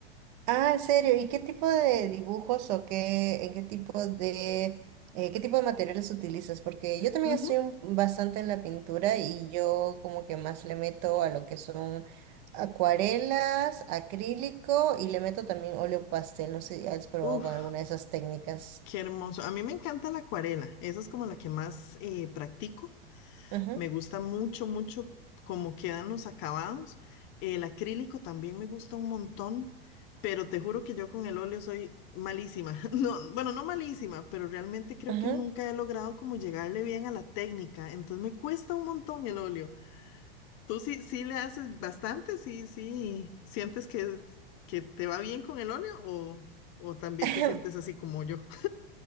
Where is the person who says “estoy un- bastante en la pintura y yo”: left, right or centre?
Right